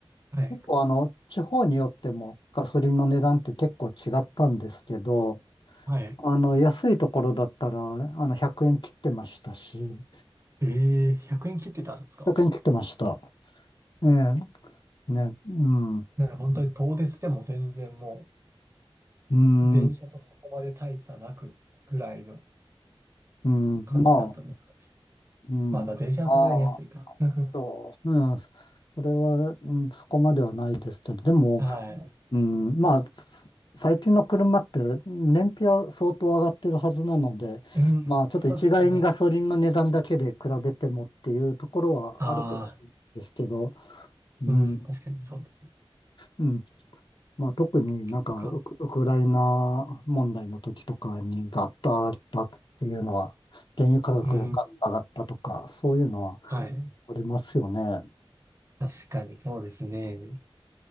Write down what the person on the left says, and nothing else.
結構あの、地方によってもガソリンの値段って結構違ったんですけど、
あの、安いところだったら、あの、100円切ってましたし、
100円切ってました。ええ、ね、うん、う
ん、
うん、まあ、
うん、
まあ
と、うん、そそれは、うん、そこまではないですけど、でも、
うん、まあ、す最近の車って燃費は相当上がってるはずなので、
まあ、ちょっと一概にガソリンの値段だけで比べてもっていうところはあるかもしれないですけど、
うん、
うん、まあ、特になんかウク、
ウクライナ問題の時とかにガッと上がったっていうのは、原油価格がガッと上がったとか、
そういうのは
ありますよね。